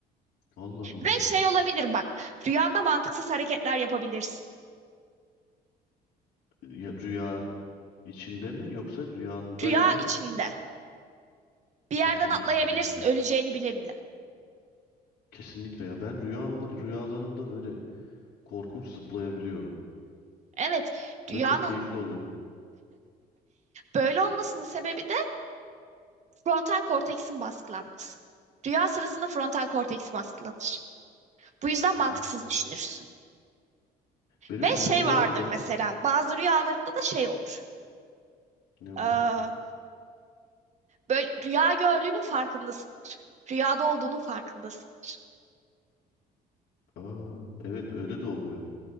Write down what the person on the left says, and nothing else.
Allah Allah.
Ya, rüya içinde mi yoksa rüyandayken
çok
mantıksız.
Evet.
Kesinlikle ya ben rüyamda rüyalarımda böyle korkunç zıplayabiliyorum
ve çok keyifli oluyor.
Hmm.
Benim
rüyalarım
da
ne olur?
Aa, evet öyle de oluyor.